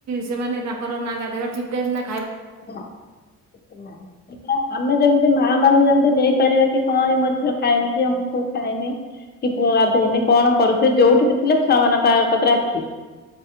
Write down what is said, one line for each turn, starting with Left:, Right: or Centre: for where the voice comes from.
Right: ସେମାନେ ତାଙ୍କର ନାାଗା ଦେବା ଠିକ ଟାଇ
Left: ସେଟା ଆମେ ଯେମିତି ମା ମାନେ ଯେମିତି ନେଇପାରିବା କି ହଁ ଏଇ ମ ଝିଅ ଖାଇନି କି ଆମ ପୁଅ ଖାଇନି କି ପୁଅ ଗାଧେଇନି କଣ କରୁଥିବେ ଯୋଉଠି ବି ଥିଲେ ଛୁଆ ମାନଙ୍କ ଆ କତରେ ଆଖି